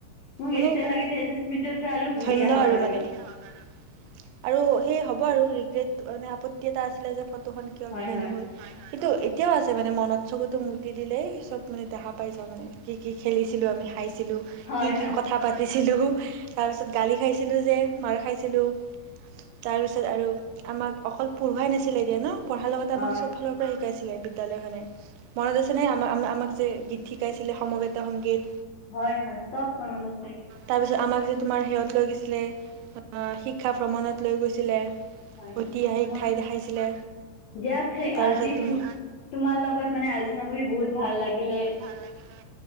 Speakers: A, on the left; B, on the right.
A: মোক
B: মানে
A: এতিয়া লাগে যে এইটো স্মৃতিতো আৰু ঘূৰি
B: ধন্য
A: আহক আৰু
B: <inaudible> আৰু আৰু সেই হ'ব আৰু ৰিগ্ৰেট মানে আপত্তি এটা আছিলে যে ফটোখন কিয়
A: হয়
B: সেই
A: হয়
B: নহ'ল কিন্তু এতিয়াও আছে মানে মনত চকুতো মটি দিলেই চব মানে দেখা পাই যাওঁ মানে কি কি খেলিছিলো আমি খাইছিলো
A: হয়
B: কি কি
A: হয়
B: কথা পাতিছিলোঁ তাৰপিছত গালি খাইছিলোঁ যে মাৰ খাইছিলোঁ তাৰ পিছত আৰু আমাক অকল পঢ়ুৱাই নাছিলে এ দিয়া ন পঢ়াৰ লগতে আমাক
A: অ
B: চব ফালৰ শিকাইছিলে বিদ্যালয়খনে মনত আছেনে আম আমাক যে গীত শিকাইছিলে সমবেত সংগীত
A: হয় হয় চব মনত আছে
B: তাৰপিছত আমাক যে তোমাৰ সেহত লৈ গৈছিলে শিক্ষা ভ্ৰমণত লৈ গৈছিলে
A: হয়
B: ঐতিহাসিক
A: মনত
B: ঠাই
A: আছে
B: দেখাইছিলে
A: <unintelligible>
B: তাৰপিছত
A: আজি
B: তোমাৰ
A: তুম তোমাৰ লগত মানে আলোচনা কৰি বহুত ভাল লাগিলে
B: ভাল লাগিলে